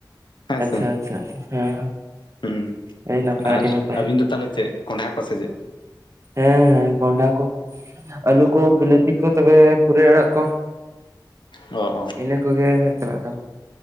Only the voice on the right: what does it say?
ᱟᱪᱪᱷᱟ
ᱟᱪᱪᱷᱟ ᱟᱪᱪᱷᱟ ᱦᱮᱸ ᱦᱮᱸ
ᱟᱹᱰᱤ ᱱᱟᱯᱟᱭ
ᱟᱹᱰᱤ ᱱᱟᱯᱟᱭ
ᱦᱮᱸ ᱦᱮᱸ ᱠᱚᱸᱰᱷᱟ ᱠᱚ ᱟᱹᱞᱩ ᱠᱚ ᱵᱤᱞᱟᱹᱛᱤ ᱠᱚ ᱛᱚᱵᱮ ᱯᱩᱨᱟᱹᱭ ᱟᱲᱟᱜ ᱠᱚ᱾
ᱤᱱᱟᱹ ᱠᱚᱜᱮ ᱪᱟᱞᱟᱜ ᱠᱟᱱᱟ᱾